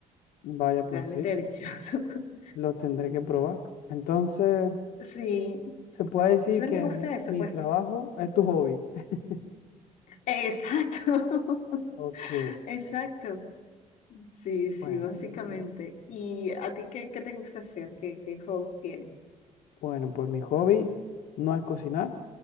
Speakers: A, on the left (about 85°); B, on the left (about 55°).
A: vaya, pues
B: realmente
A: sí,
B: delicioso. <laughs>
A: lo tendré que probar. Entonces,
B: Sí,
A: se puede decir
B: sí
A: que
B: me gusta eso,
A: mi
B: pues.
A: trabajo es tu hobby. <laughs>
B: Exacto, <laughs>
A: Ok,
B: exacto. Sí, sí,
A: bueno,
B: básicamente.
A: bien, bien.
B: ¿Y a ti qué, qué te gusta hacer? ¿Qué, qué hobby tienes?
A: Bueno, pues mi hobby no es cocinar.